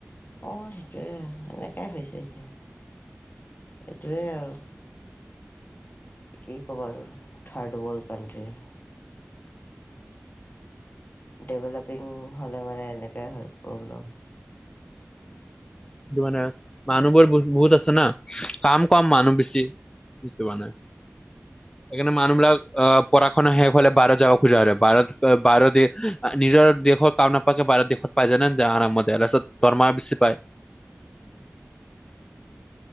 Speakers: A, on the left (about 45°); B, on the left (about 20°).
A: অঁ', সেইটোৱে, এনেকাই হৈছে এতিয়া, এইটোৱে আৰু', কি ক'বা আৰু, থাৰ্ড ৱৰ্ল্ড কান্ট্ৰী',
B: উ',
A: ডেভলপিং হ'লে মানে এনেকাই হয় প্ৰব্লেম',
B: সেইটো মানে, মানুহ বোৰ বহু', -বহুত আছে না কাম কম মানুহ বেছি, সেইটো মানে', সেইকাৰণে মানুহবিলাক আহ', পঢ়া-শুনা শেষ হ'লে বাহিৰত যাবা খোজা হয় বাহিৰত অহ', বাহিৰত দি', অহ', নিজৰ দেশৰ কাম নাপাকে বাহিৰত দেশত পাই যায় জানান জা', আৰামত তাৰপিছত দৰমহ বেছি পায়',